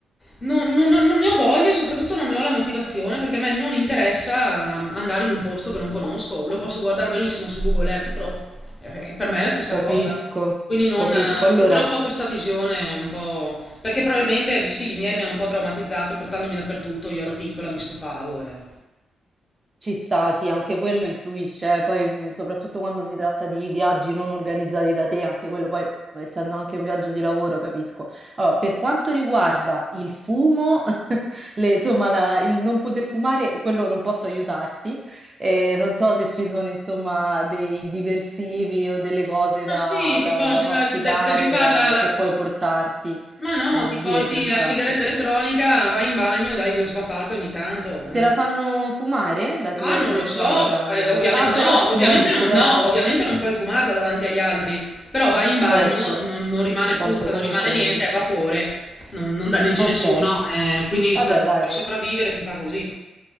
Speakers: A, on the left; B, on the right.
A: Non, non- non ne ho voglia e soprattutto non ne ho la motivazione perché a me non interessa um, andare in un posto che non conosco. Lo posso guardare benissimo su Google Earth Pro, eh, per me è la stessa
B: capisco,
A: cosa. Quindi non,
B: capisco.
A: eh,
B: Allora.
A: purtroppo ho questa visione un po'... perché probabilmente sì, i miei mi hanno un po' traumatizzato portandomi dappertutto, io ero piccola, mi stufavo e...
B: Ci sta, sì, anche quello influisce, eh. Poi mh, soprattutto quando si tratta di viaggi non organizzati da te, anche quello poi, essendo anche un viaggio di lavoro, capisco. Allora, per quanto riguarda il fumo, <laughs> le- insomma, la- il non poter fumare, quello non posso aiutarti. Eh, non so se ci sono, insomma, dei diversivi o delle cose da,
A: Ma sì, ti
B: da-
A: porti,
B: da masticare
A: de- devi farla...
B: o da-
A: la-
B: che puoi portarti,
A: Ma no,
B: eh,
A: ti
B: dietro
A: porti
B: intanto.
A: la sigaretta elettronica, vai in bagno e dai due svapate ogni tanto. eh.
B: Te la fanno fumare la sigaretta
A: Ah, non
B: elettronica?
A: lo so, eh, ovviamente
B: Ah, però,
A: no,
B: <laughs> però
A: ovviamente
B: dici
A: non,
B: tanto.
A: no, ovviamente
B: <laughs>
A: non puoi fumarla davanti agli altri, però vai in bagno,
B: Certo,
A: non, non rimane
B: tanto
A: puzza,
B: comunque
A: non rimane niente,
B: non.
A: è vapore, non, non danneggi
B: Ok,
A: nessuno, eh, quindi
B: vabbè,
A: se-
B: dai.
A: per sopravvivere si fa così,